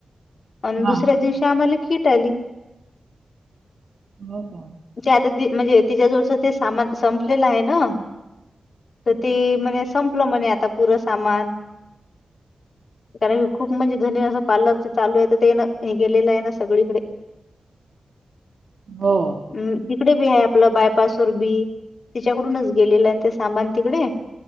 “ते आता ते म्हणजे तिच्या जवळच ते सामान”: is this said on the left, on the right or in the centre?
Left